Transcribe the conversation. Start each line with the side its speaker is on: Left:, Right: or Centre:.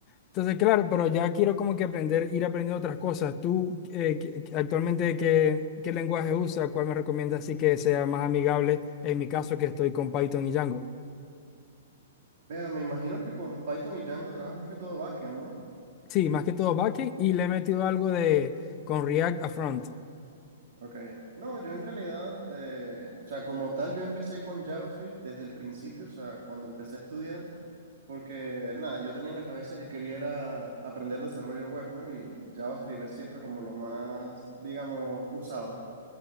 Left: Entonces, claro, pero ya quiero como que aprender, ir aprendiendo otras cosas. ¿Tú eh, qué- qué- actualmente qué, qué lenguaje usas? ¿Cuál me recomiendas así que sea más amigable? En mi caso, que estoy con Python y Django.
Right: vea me imagino que con Python y Django trabajas más que todo backend, ¿no?
Left: Sí, más que todo backend y le he metido algo de con React a front.
Right: Ok. No, yo en realidad, eh, o sea, como tal, yo empecé con JavaScript desde el principio, o sea, cuando empecé a estudiar, porque nada, yo tenía en la cabeza que quería era aprender desarrollo web, ¿no? Y JavaScript es siempre como lo más, digamos, usado.